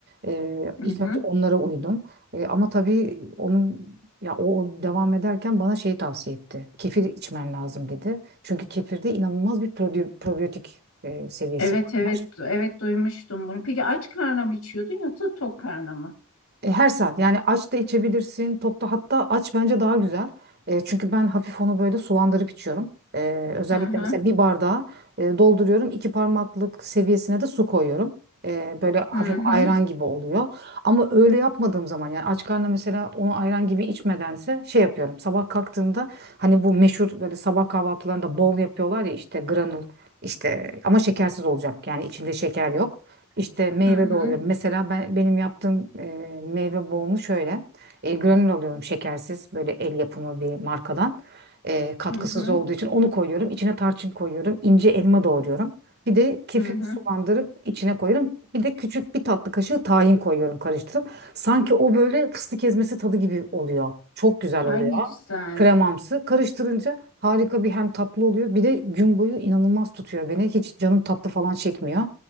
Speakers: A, on the right; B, on the left.
A: Ee,
B: Hı
A: ilk
B: hı.
A: önce onlara uydum. Ee, ama tabii onun ya o o devam ederken bana şey tavsiye etti. Kefir içmen lazım dedi. Çünkü kefirde inanılmaz bir probi- probiyotik e, seviyesi
B: Evet evet
A: var.
B: evet duymuştum bunu. Peki aç karnına mı içiyordun yoksa tok karnına mı?
A: E, her saat yani aç da içebilirsin tok da hatta aç bence daha güzel. E, çünkü ben hafif onu böyle sulandırıp içiyorum. E, özellikle
B: Hı hı
A: mesela bir bardağa e, dolduruyorum iki parmaklık seviyesine de su koyuyorum. E, böyle hafif
B: hı hı
A: ayran gibi oluyor. Ama öyle yapmadığım zaman yani aç karnına mesela onu ayran gibi içmedense şey yapıyorum. Sabah kalktığımda hani bu meşhur böyle sabah kahvaltılarında bol yapıyorlar ya işte granul işte ama şekersiz olacak yani içinde şeker yok. İşte meyve
B: hı hı
A: doğruyorum. Mesela ben benim yaptığım e, meyve bolunu şöyle e, granül alıyorum şekersiz böyle el yapımı bir markadan E, katkısız
B: hı hı.
A: olduğu için onu koyuyorum. İçine tarçın koyuyorum. ince elma doğruyorum. Bir de kefir
B: hı hı.
A: sulandırıp içine koyuyorum. Bir de küçük bir tatlı kaşığı tahin koyuyorum karıştırıp. Sanki o böyle fıstık ezmesi tadı gibi oluyor. Çok güzel
B: Ay
A: oluyor.
B: ne güzel.
A: Kremamsı. Karıştırınca harika bir hem tatlı oluyor. Bir de gün boyu inanılmaz tutuyor beni. Hiç canım tatlı falan çekmiyor.